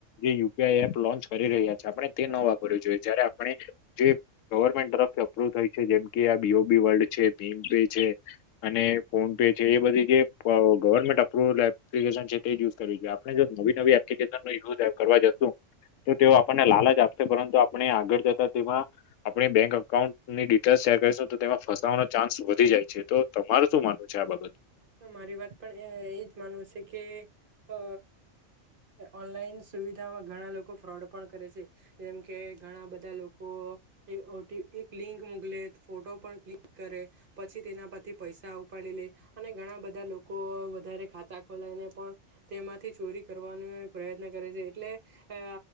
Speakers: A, on the left; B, on the right.
A: જે યુપીઆઈ એપ લોન્ચ કરી રહ્યા આપણે તે ન વાપરવું જોઈએ જયારે આપણે જે તરફથી અપ્રુવ થાય છે જેમ આ બીઓ બી વલ્ડ છે ભીમ પે છે અને ફોન પે છે એ બધી જે ગવર્મેન્ટ અપ્રુવ એપ્લિકેશન છે તે યુઝ કરવી જોઈએ આપણેે જો નવી નવી એપ્લિક ય કરવા જશું તો તેઓ આપણને લાલચ આપશે પરંતુ આપણે આગળ જતા તેમાં આપણી બેંક અકાઉન્ટની ડિટેલ શેર કરીશું તો તેમાં ફસાવવાનો ચાન્સ વધી જાય છે તો તમાર શું માનવું છે આ બાબત
B: મારી વાત પણ એ એજ માનવું છે કે અ ઓનલાઈન સુવિધામાં ઘણા લોકો ફ્રોડ પણ કરે છે જેમ કે ઘણા બધા લોકો એક ઓ ટી એક લિંક મોકલે ફોટો પણ ક્લિક કરે પ પછી તેના પરથી પૈસા ઉપાડી લે અને ઘણા બધા લોકો વધારે ખાતા ખોલાઈને પણ તેમાંથી ચોરી કરવાનો પ્રયત્ન કરે છે એટલે અ